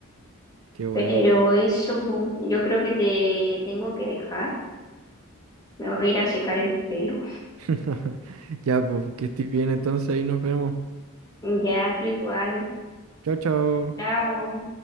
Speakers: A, on the right; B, on the left.
A: Qué bueno.
B: Pero eso, po, yo creo que te tengo que dejar. Me voy a ir a secar el pelo.
A: <laughs> Ya, pues, que estés bien entonces, ahí nos vemos.
B: Ya, tú igual.
A: Chao, chao.
B: Chao.